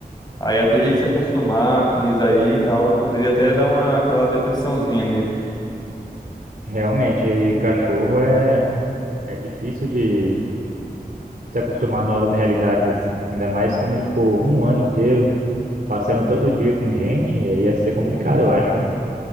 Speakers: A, on the left; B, on the right.
A: aí até ele se acostumar com isso aí e tal, poderia até dar uma aquela depressãozinha nele.
B: Realmente, e cachorro é, é difícil de se acostumar a novas realidades assim. Ainda mais como ele ficou um ano inteiro passando todo dia com gente, e aí ia ser complicado, eu acho. né?